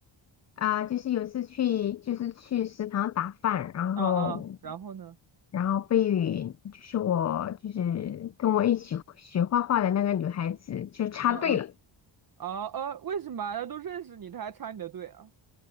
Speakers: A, on the left (about 35°); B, on the right (about 45°).
A: 啊、就是有一次去，就是去食堂打饭，然后，
B: 嗯嗯，然后呢？
A: 然后被就是我就是跟我一起学画画的那个女孩子就插队了。
B: 嗯嗯，啊呃，为什么啊他都认识你，他还插你的队啊？